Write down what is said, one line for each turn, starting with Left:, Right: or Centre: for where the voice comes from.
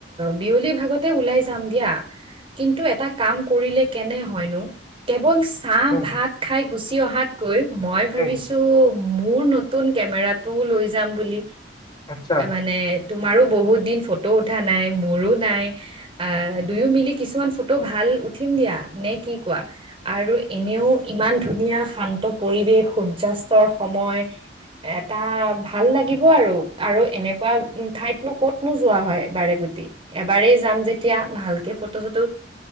Right: বিয়লি ভাগত ওলাই যাম দিয়া কিন্তু এটা কাম কৰিলে কেনে হয়নো কেৱল চাহ
Left: উম
Right: ভাত খাই গুচি অহাত কৈ মই ভাবিছো
Left: উম
Right: মোৰ নতুন কেমেৰাটোও লৈ যাম বুলি,
Left: আচ্ছা
Right: মানে তোমাৰো বহুত দিন ফটো উঠা নাই মোৰো নাই অ দুয়ো মিলি কিছুমান ফটো ভাল উঠিম দিয়া নে কি কোৱা আৰু এনেও ইমান ধ ধুনীয়া শান্ত পৰিৱেশ সূৰ্যাস্তৰ সময় এটা ভাল লাগিব আৰু আৰু এনেকোৱা ঠাইতনো কতনো যোৱা হয় বাৰে প্ৰতি এবাৰেই যাম যেতিয়া ভালকে ফটো চ